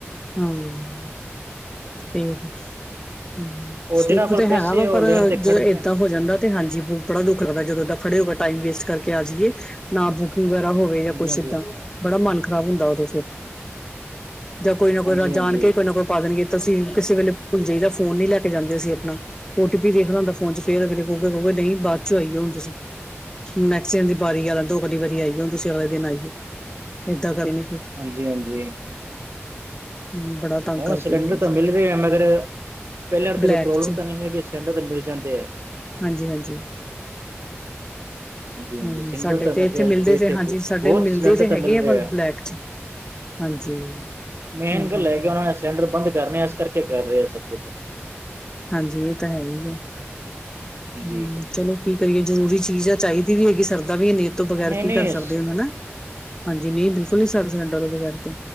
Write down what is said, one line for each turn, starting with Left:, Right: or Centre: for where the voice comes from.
Left: ਹੂੰ, ਹਾਂ ਫੇਰ ਹੂੰ
Right: ਉਹ
Left: ਸੁੱਖ
Right: ਜਿਹਨਾਂ ਕੋਲ
Left: ਤੇ
Right: ਪੈਸੇ
Left: ਹੈ ਗਾ
Right: ਉਹ
Left: ਪਰ,
Right: ਲੈਣ ਤੇ
Left: ਜਦੋਂ
Right: ਖੜਦੇ
Left: ਇਦਾਂ
Right: ਆ।
Left: ਦਾ ਹੋ ਜਾਂਦਾ ਹੈ। ਤੇ ਹਾਂ ਜੀ, ਬੜਾ ਦੁੱਖ ਲੱਗਦਾ ਜਦੋਂ ਐਦਾਂ ਖੜ੍ਹੇ ਹੋ ਕੇ ਟਾਈਮ ਵੇਸਟ ਕਰਕੇ ਆ ਜੀਏ। ਨਾ ਬੁਕ ਵਗੈਰਾ ਹੋਵੇ ਜਾਂ
Right: ਹਾਂਜੀ
Left: ਕੁਛ
Right: ਹਾਂਜੀ
Left: ਇੱਦਾਂ ਬੜਾ ਮਨ ਖ਼ਰਾਬ ਹੁੰਦਾ ਉਦੋਂ ਫਿਰ ਜਾਂ ਕੋਈ ਨਾ
Right: ਹਾਂਜੀ
Left: ਕੋਈ ਜਾਣ
Right: ਹਾਂਜੀ
Left: ਕੇ ਕੋਈ ਨਾ ਕੋਈ ਪਾ ਦੇਣਗੇ ਤਾਂ ਅਸੀਂ ਕਿਸੇ ਵੇਲੇ ਭੁੱਲ ਜਾਈਦਾ ਫੋਨ ਨੀ ਲੈ ਕੇ ਜਾਂਦੇ ਅਸੀਂ ਆਪਣਾ। ਓ-ਟੀ-ਪੀ ਦੇਖਣਾ ਹੁੰਦਾ ਫੋਨ ਚ ਫੇਰ ਅੱਗੋ ਕਿਹਗੇ ਕਿਹ ਨਹੀਂ ਬਾਦ ਚੋਂ ਆਈਏ ਹੁਣ ਤੁਸੀਂ। ਨੈਕਸਟ ਦੀ ਵਾਰੀ ਆਣ ਲੈਂਣ ਦੋ ਹੁਣ ਅਗਲੀ ਵਾਰੀ ਆਈਏ ਹੁਣ ਤੁਸੀਂ ਅਗਲੇ ਦਿਨ ਆਈਓ, ਏਦਾਂ ਕਰਨ ਲਈ ਫਿਰ।
Right: ਹਾਂਜੀ ਹਾਂਜੀ।
Left: ਹੂੰ ਬੜਾ ਤੰਗ
Right: ਉਹ
Left: ਕਰਦੇ
Right: ਸਿਲੰਡਰ
Left: ਆ ਅਸੀਂ
Right: ਤਾਂ ਮਿਲ ਰਹੇ ਆ ਮਗਰ ਪਹਿਲਾਂ
Left: ਬਲੈਕ
Right: ਤੇਰੇ ਪ੍ਰੋਬਲਮ
Left: ਚ
Right: ਤਾਂ ਨੀ ਹੈਗੀ ਸਿਲੰਡਰ ਤੇ ਮਿਲ ਜਾਂਦੇ ਐ।
Left: ਹਾਂਜੀ ਹਾਂਜੀ।
Right: ਹਾਂਜੀ ਹਾਂਜੀ
Left: ਹੂੰ
Right: ਸਿਲੰਡਰ
Left: ਸਾਡੇ
Right: ਤਾਂ ਵੈਸੇ
Left: ਤੇ ਇੱਥੇ
Right: ਅੱਜ
Left: ਮਿਲਦੇ
Right: ਸਾਡੇ ਇੱਥੇ
Left: ਤੇ ਹਾਂਜੀ
Right: ਬਹੁਤ
Left: ਸਾਡੇ ਮਿਲਦੇ
Right: ਸਿਲੰਡਰ
Left: ਤੇ
Right: ਤਾਂ
Left: ਹੈਗੇ
Right: ਮਿਲ
Left: ਆ
Right: ਰਹੇ
Left: ਪਰ ਬਲੈਕ ਚ। ਹਾਂਜੀ।
Right: ਮੇਨ
Left: ਹਮ
Right: ਗੱਲ
Left: ਹਮ
Right: ਹੈਗੀ ਸਿਲੰਡਰ ਬੰਦ ਕਰਨੇ ਇਸ ਕਰਕੇ ਕਰ ਰਹੇ ਐ ਸਭ ਕੁਛ।
Left: ਹਾਂਜੀ ਇਹ ਤਾਂ ਹੈ ਹੀ ਐ, ਹੂੰ
Right: ਹਾਂਜੀ
Left: ਚਲੋ ਠੀਕ ਐ ਜੀ ਜ਼ਰੂਰੀ ਚੀਜ਼ ਆ ਚਾਹੀਦੀ ਵੀ ਹੈਗੀ ਸਰਦਾ ਵੀ ਹੈ ਨੀ ਏ ਤੋਂ ਬਗੈਰ
Right: ਨਹੀਂ
Left: ਕੀ
Right: ਨਹੀਂ
Left: ਕਰ ਸਕਦੇ ਹਨਾ। ਹਾਂਜੀ ਨਹੀਂ ਬਿਲਕੁਲ ਨੀ ਸਰ ਸਕਦਾ ਸਿਲੰਡਰ ਦੇ ਬਗੈਰ ਤਾ।